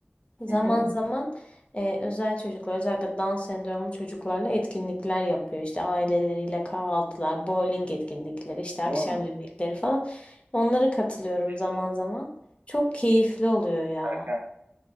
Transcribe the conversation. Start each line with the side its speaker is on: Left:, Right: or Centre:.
Left: zaman
Right: Hı hı.
Left: zaman e, özel çocuklar, özellikle Down sendromlu çocuklarla etkinlikler yapıyor. İşte aileleriyle kahvaltılar, bowling etkinlikleri, işte akşam
Right: Hı hı. Aa,
Left: yemekleri falan. Onlara katılıyorum
Right: ne
Left: zaman
Right: güzel.
Left: zaman. Çok keyifli oluyor ya.
Right: Harika.